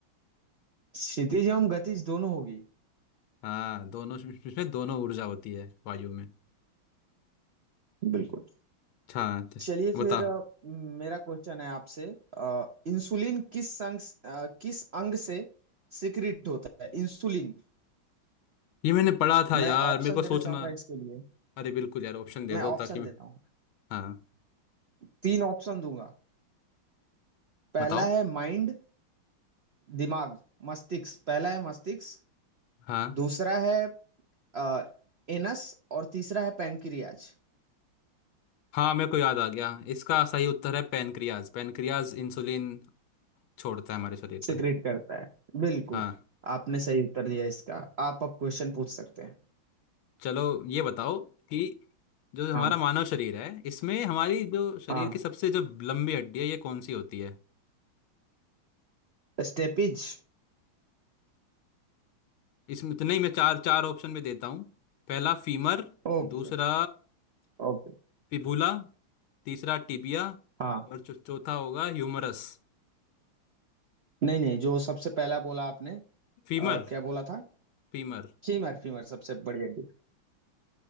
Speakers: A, on the right; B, on the left.
A: क्षितिज एवं गतिज दोनों होगी
B: हाँ दोनों <laughs> इसमें दोनों ऊर्जा होती है वायु में
A: बिल्कुल
B: अच्छा तो
A: चलिए फिर
B: बताओ
A: अ, मेरा क्वेश्चन है आपसे अ, इंसुलिन किस अंग अ, किस अंग से सिक्रिट होता है इंसुलिन
B: ये मैंने पढ़ा था यार
A: मैं ऑप्शन
B: मेरे को
A: देना
B: सोचना
A: चाहूंगा इसके लिए
B: अरे बिल्कुल यार ऑप्शन दे
A: मैं
B: दो
A: ऑप्शन
B: ताकि मैं-
A: देता हूँ
B: हाँ
A: तीन ऑप्शन दूंगा पहला
B: बताओ
A: है माइंड दिमाग मस्तिष्क पहला है मस्तिष्क
B: हाँ
A: दूसरा है आ, एनस और तीसरा है पैंक्रियाज
B: हाँ मेरे को याद आ गया इसका सही उत्तर है पैनक्रियाज पैनक्रियाज इंसुलिन छोड़ता है हमारे शरीर
A: सिक्रेट
B: में
A: करता है बिल्कुल
B: हाँ
A: आपने सही उत्तर दिया इसका आप अब क्वेश्चन पूछ सकते हैं
B: चलो ये बताओ कि जो हमारा
A: हाँ
B: मानव शरीर है इसमें हमारी जो शरीर
A: हाँ
B: की सबसे जो लंबी हड्डी है ये कौन सी होती है
A: स्टेपिज
B: इसमें तो नहीं मैं चार चार ऑप्शन में देता हूँ पहला फीमर
A: ओके
B: दूसरा
A: ओके
B: फिबुला तीसरा टिबिया
A: हाँ
B: और चौ- चौथा होगा ह्यूमरस
A: नहीं नहीं जो सबसे पहला बोला आपने
B: फीमर
A: आ, क्या बोला था
B: फीमर
A: फीमर फीमर सबसे बड़ी हड्डी